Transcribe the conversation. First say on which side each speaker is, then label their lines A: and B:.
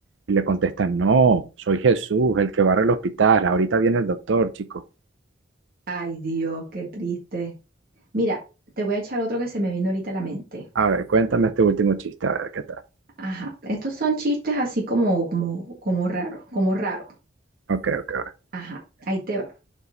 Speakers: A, on the right; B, on the right.
A: Y le contestan, No, soy Jesús, el que barre el hospital. Ahorita viene el doctor, chico.
B: Ay, Dios, qué triste. Mira, te voy a echar otro que se me vino ahorita a la mente.
A: A ver, cuéntame este último chiste, a ver qué tal.
B: Ajá, estos son chistes así como, como, como raros, como raros.
A: Ok, ok, ok.
B: Ajá, ahí te va.